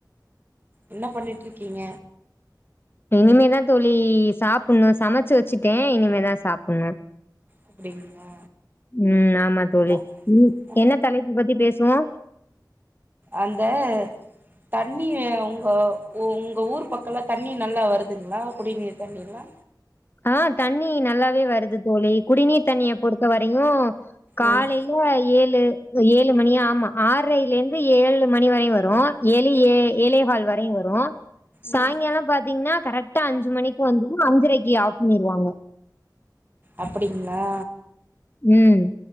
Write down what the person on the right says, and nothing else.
என்ன பண்ணிட்ருக்கீங்க
அப்டிங்களா
ஓ
ஓ
அந்த தண்ணி உங்க உங்க ஊர் பக்கல்லா தண்ணி நல்லா வருதுங்ளா குடிநீர் தண்ணில்லா
ம்
ம்
அப்படிங்ளா